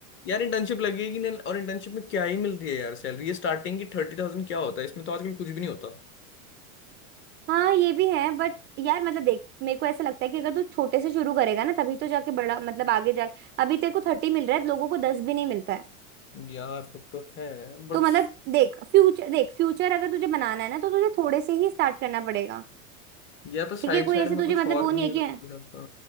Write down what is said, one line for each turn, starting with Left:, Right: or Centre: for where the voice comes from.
Left: यार इंटर्नशिप लगेगी ना और इंटर्नशिप में क्या ही मिलती है यार सैलरी ये स्टार्टिंग की थर्टी थाउजेंड क्या होता है इसमें तो आजकल कुछ भी नहीं होता
Right: हाँ ये भी है बट यार मतलब देख मेरे को ऐसा लगता है कि अगर तू छोटे से शुरू करेगा ना तभी तो जाके बड़ा मतलब आगे जाके अभी तेरे को थर्टी मिल रहा है लोगों को दस भी नहीं मिलता
Left: यार वो तो है बट
Right: तो मतलब देख फ्यूचर देख फ्यूचर अगर तुझे बनाना है ना तो तुझे थोड़े से ही स्टार्ट करना पड़ेगा
Left: या पर साइड
Right: ठीक है कोई
Left: साइड
Right: ऐसे
Left: में
Right: तुझे
Left: कुछ
Right: मतलब
Left: और
Right: वो नहीं
Left: भी
Right: है कि
Left: रहता
Right: हम्म